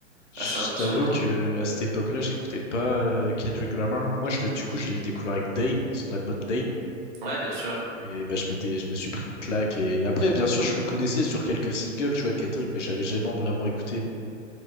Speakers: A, on the right (about 35°); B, on the left (about 65°).
A: assez
B: Je
A: impressionnant.
B: t'avoue que à cette époque-là, j'écoutais pas euh, Kendrick Lamar. Moi, je l'ai, du coup, je l'ai découvert avec Dame, son album Dame.
A: Ouais, bien sûr.
B: Et bah, je m'étais, je me suis pris une claque. Et après, bien sûr, je le connaissais sur quelques singles, tu vois, Kendrick, mais j'avais jamais vraiment écouté.